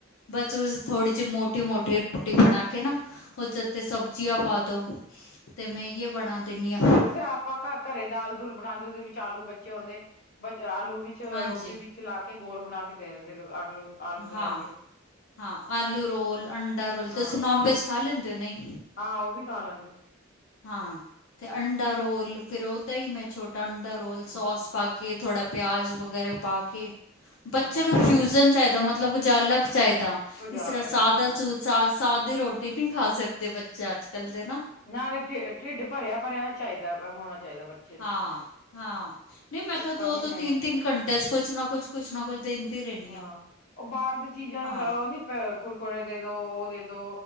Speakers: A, on the left; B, on the left.
A: ਬਸ ਉਸ ਥੋੜੀ ਜਿਹੀ ਮੋਟੀ ਮੋਟੀ ਰੋਟੀ ਬਣਾ ਕੇ ਨਾ, ਉਹਚ ਤੇ ਸਬਜ਼ੀਆਂ
B: ਹੂੰ।
A: ਪਾ ਦਿਉ, ਤੇ ਮੈਂ ਇਏ ਬਣਾ ਦਿੰਦੀ ਹਾਂ।
B: ਜਿਸਰ ਆਪਾਂ ਘਰੇ ਦਾਲ ਦੁਲ ਬਣਾਉਂਦੇ, ਉਹਦੇ ਵਿੱਚ ਆਲੂ ਬੱਚੇ ਆਉਂਦੇ, ਆਲੂ ਵਿੱਚ
A: ਹਾਂਜੀ
B: ਰੋਟੀ ਵਿੱਚ ਚਲਾ ਕੇ, ਗੋਲ ਬਣਾ ਕੇ ਦੇ ਆਲੂ ਆਲੂ ਨੂੰ
A: ਹਾਂ,
B: ਲਾ ਕੇ
A: ਹਾਂ ਆਲੂ ਰੋਲ, ਅੰਡਾ ਰੋਲ,
B: ਹਾਂ।
A: ਤੁਸੀਂ ਨੋਨ ਵੈਜ ਖਾ ਲੈਂਦੇ ਹੋ ਨਹੀਂ‍?
B: ਹਾਂ, ਉਹ ਵੀ ਖਾ ਲੈਂਦੇ।
A: ਹਾਂ ਤੇ ਅੰਡਾ ਰੋਲ, ਫਿਰ ਉਹਦਾ ਹੀ ਮੈਂ ਛੋਟਾ ਅੰਡਾ ਰੋਲ,
B: ਹੂੰ-ਹੂੰ।
A: ਸੋਸ ਪਾ ਕੇ, ਥੋੜਾ ਪਿਆਜ ਵਗੈਰਾ ਪਾ ਕੇ,
B: ਹਾਂ
A: ਬੱਚਿਆਂ ਨੂੰ ਫਿਊਜਨ ਚਾਹੀਦਾ ਮਤਲਬ ਮਤਲਬ ਕੁਝ ਅਲੱਗ ਚਾਹੀਦਾ,
B: ਕੁਝ
A: ਇਸ ਤਰ੍ਹਾਂ
B: ਅਲੱਗ
A: ਸਾਦਾ
B: ਹਾਂ
A: ਸੁ‍ ਸਾਦੀ ਰੋਟੀ ਨਹੀਂ ਖਾ ਸਕਦੇ ਬੱਚੇ, ਅੱਜ ਕੱਲ੍ਹ ਦੇ ਨਾ।
B: ਨਾਲੇ ਢਿੱਡ ਭਰਿਆ ਭਰਿਆ ਚਾਹੀਦਾ, ਹੋਣਾ ਚਾਹੀਦਾ ਬੱਚਿਆ
A: ਹਾਂ ਹਾਂ, ਨਹੀਂ ਮੈਂ
B: ਭੁੱਖਾ
A: ਤਾਂ ਦੋ
B: ਨੀ
A: ਦੋ
B: ਰਹਿਣਾ
A: ਤਿੰਨ-ਤਿੰਨ
B: ਚਾਹੀਦਾ
A: ਘੰਟੇ 'ਚ ਕੁਛ ਨਾ ਕੁਛ ਕੁਛ ਨਾ ਕੁਛ ਦੇਂਦੀ ਰਹਿੰਦੀ।
B: ਹਾਂ, ਉਹ ਬਾਹਰ ਦੀ ਚੀਜ਼ਾਂ
A: ਹਾਂ
B: ਦਾ ਉਹ ਨੀ ਕੁਰਕੁੁਰੇ ਦੇ ਦੋ, ਉਹ ਦੇ ਦੋ